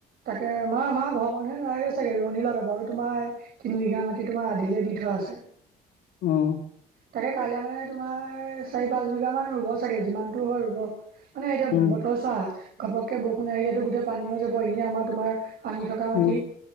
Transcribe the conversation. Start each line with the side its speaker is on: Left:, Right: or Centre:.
Right: তাকে মা মা ঘৰৰ ম মানুহে নোৱাৰে চাগে ৰোৱনী লগা বাৰু তোমাৰ তিনি বিঘা মাটি তোমাৰ আধিলে দি থোৱা আছে।
Left: উম
Right: তাকে কাইলে মানে তোমাৰ মানে চাৰি পাঁচ বিঘা মান ৰুব চাগে যিমানতটো হয় ৰুব মানে এতিয়া
Left: উম
Right: বতৰ চোৱা ঘপককে বৰষুণ আহিলেতো গোটেই পানী হৈ যাব এনেই আমাৰ তোমাৰ পানী থকা মাটি।
Left: উম